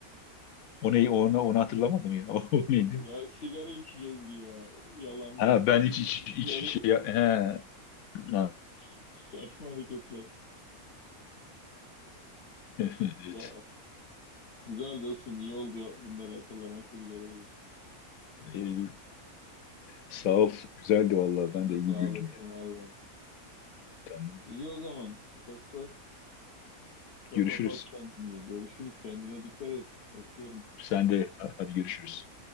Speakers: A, on the left; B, on the left.
A: O neyi, onu, onu hatırlamadım ya. <laughs> O neydi?
B: Ya sigara içeceğiz ki ya yalandan.
A: Ha ben hiç
B: Gidip
A: hiç hiç
B: yarım
A: şey he. Ha,
B: <laughs> saçma hareketler.
A: <laughs>
B: Ya
A: Evet.
B: güzel dostum iyi oldu ya, bunları hatırlamak da güzel oldu.
A: Ee, sağ ol. Güzeldi vallahi.
B: Sen
A: Ben
B: de
A: de iyi
B: sağ
A: güldüm
B: olasın
A: yani.
B: valla.
A: Tamam.
B: İyi o zaman ufak ufak kapatalım
A: Görüşürüz.
B: kendimizi. Görüşürüz kendine dikkat et. Öpüyorum.
A: Sen de hadi görüşürüz.